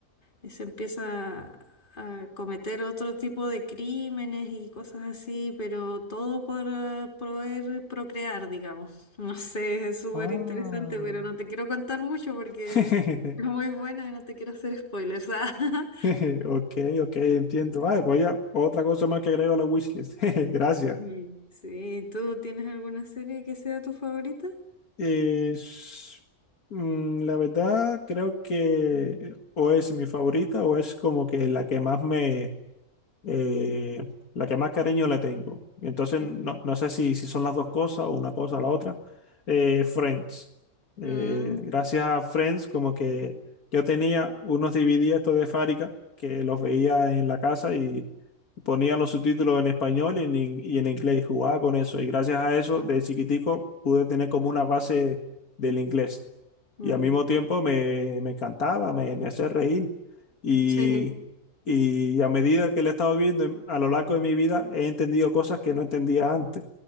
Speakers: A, on the left (about 30°); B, on the left (about 70°).
A: y se empieza a cometer otro tipo de crímenes y cosas así, pero todo por ah, poder procrear, digamos. <laughs> No sé, es súper
B: Ah.
A: interesante, pero no te quiero contar mucho porque
B: <laughs>
A: es muy buena y no te quiero hacer spoilers. <laughs> ah.
B: <laughs> Ok, ok, entiendo. Vale, pues ya, otra cosa más que agrego a la wishlist. <laughs> Gracias.
A: Sí, sí, ¿tú tienes alguna serie que sea tu favorita?
B: Es, mm, la verdad, creo que o es mi favorita o es como que la que más me, eh, la que más cariño le tengo. Y Entonces,
A: Ujú.
B: no, no sé si, si son las dos cosas o una cosa o la otra. Eh, Friends. Eh,
A: Mm,
B: gracias a Friends, como que yo tenía unos DVD estos de Fárica que los veía en la casa y ponía los subtítulos en español y en, in- y en inglés, jugaba con eso. Y gracias a eso, de chiquitico, pude tener como una base del inglés.
A: mm,
B: Y al mismo tiempo me, me encantaba, me, me hacía reír. Y
A: sí,
B: y a medida que la he estado viendo a lo largo de mi vida, he entendido cosas que no entendía antes.